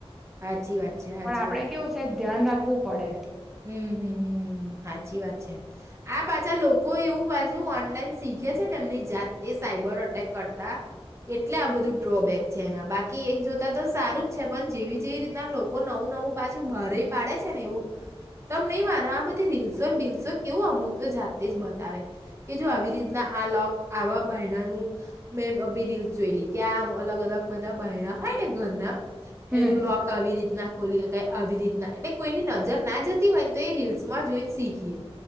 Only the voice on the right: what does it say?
આાય. સાચી વાત છે. હાચી
વાત.
હમ, સાચી વાત છે. આ પાછા લોકો એવું પાછું ઓનલાઈન શીખે છે ને, એમની જાતે સાયબર અટેક કરતા, એટલે આ બધું ડ્રોબેક છે. એના બાકી એક જોતા તો સારું જ છે, પણ જેવી જેવી રીતના લોકો નવું નવું પાછું બરે પાડે છે ને, એવું. તમે નહીં માનો, આ બધી રીલ્સો ને રીલસો કેવું, અમુક તો જાતે જ બતાવે કે જો આવી રીતના આ લોક આવા બહેણાનું મેં બી રીલસ જોઈલી કે આ અલગ અલગ બધા બહેણા હોય ને ઘરના. એનું
લોક આવી રીતના. ખોલી શકાય આવી રીતના, એટલે કોઈની નજર ના જ. <unintelligible> તો એ રિલ્સ <unintelligible> જોઈન શીખીએ.